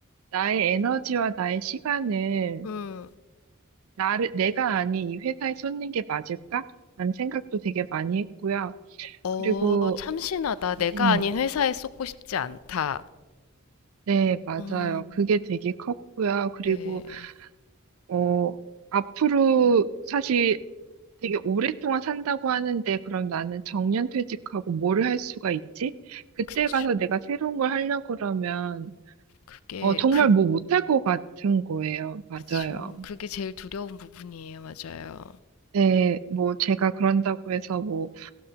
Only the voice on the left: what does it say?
음.
어,
참신하다. 내가
아닌 회사에 쏟고 싶지 않다.
음,
네.
그쵸.
그게,
그,
그쵸. 그게 제일 두려운 부분이에요. 맞아요.